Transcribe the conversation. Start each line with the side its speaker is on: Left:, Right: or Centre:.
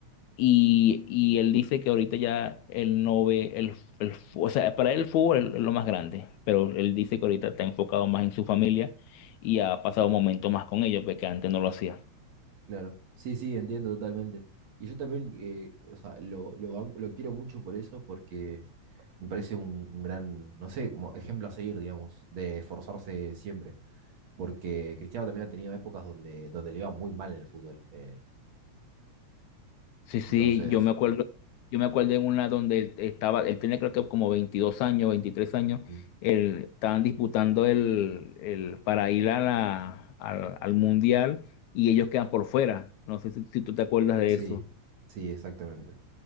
Left: Y, y él dice que ahorita ya él no ve el, el fu- o sea, para él el fútbol es lo más grande, pero él dice que ahorita está enfocado más en su familia y ha pasado momentos más con ellos, porque antes no lo hacía.
Right: claro. Sí, sí, entiendo totalmente. Y yo también, eh, o sea, lo, lo, banco- lo quiero mucho por eso porque me parece un, un gran, no sé, como ejemplo a seguir, digamos, de esforzarse siempre. porque Cristiano también ha tenido épocas donde, donde le iba muy mal en el fútbol. eh,
Left: Sí, sí,
Right: entonces,
Left: yo me acuerdo, yo me acuerdo en una donde él estaba, él tenía creo que como 22 años, 23 años,
Right: ujú,
Left: él, estaban disputando el, el para ir a la, al, al mundial y ellos quedan por fuera. No sé si, si tú te acuerdas de
Right: sí,
Left: eso.
Right: sí, exactamente.